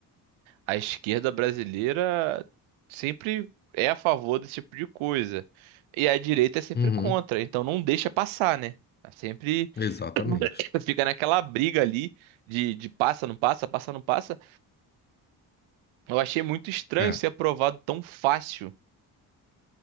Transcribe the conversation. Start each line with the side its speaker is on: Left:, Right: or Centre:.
Right: a esquerda brasileira sempre é a favor desse tipo de coisa. E a direita é sempre
Left: Uhum.
Right: contra, então não deixa passar, né? É Sempre
Left: Exatamente.
Right: <coughs> <laughs> Fica naquela briga ali de, de passa, não passa, passa, não passa. Eu achei muito estranho
Left: É,
Right: ser aprovado tão fácil.